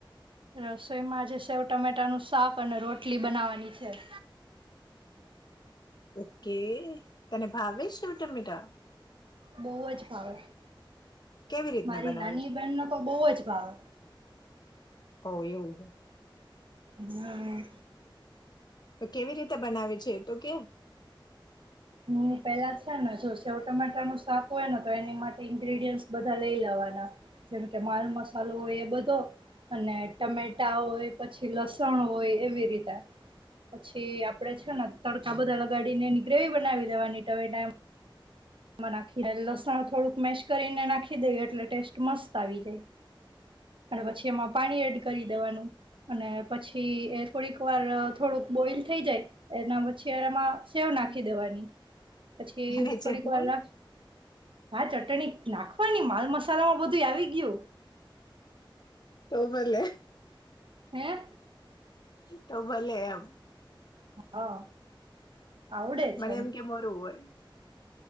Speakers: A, on the right (about 75°); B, on the left (about 55°).
A: રસોઈમાં આજે સેવ ટમેટાનું શાક અને રોટલી બનાવાની છે.
B: ઓ કે. તને ભાવે સેવ ટમેટા?
A: બવ જ ભાવે.
B: કેવી રીતના
A: મારી
B: બનાવે
A: નાની
B: છે
A: બેહેનનો તો બઉ જ ભાવે.
B: ઓ એવું છે.
A: હમ્મ.
B: તો કેવી રીતે બનાવે છે? એ તો કે.
A: હું પેલા છે ને જો સેવ ટમેટાનું શાક હોય ને તો એની માટે ઇન્ગ્રીડિયન્ટ બધા લઈ લેવાના. જેમ કે માલ મસાલો હોય એ બધો અને ટમેટા હોય, પછી લસણ હોય એવી રીતે પછી આપડે છે ને તડકા બધા લગાડીને એની ગ્રેવી બ નાવી દેવાની ટામેટા એમ એમાં નાખી ને લસણ થોડુંક મેેશ કરીને નાખી દઈએ એટલે ટેસ્ટ મસ્ત આવી જાય અને પછી એમાં પાણી એડ કરી દેવાનું અને પછી એ થોડીક વાર થોડુંક બોઈલ થઈ જાય એના પછી એનામાં સેવ નાંખી દેવાની. પછી
B: અને ચટણી
A: થોડીક <unintelligible> હા ચટણી નાખવાની, માલ મસાલામાં બધુંય આવી ગયું.
B: તો ભલે
A: હેં?
B: તો ભલે એમ.
A: હા. આવડે
B: મને
A: છે
B: એમ કે મોરુ હોય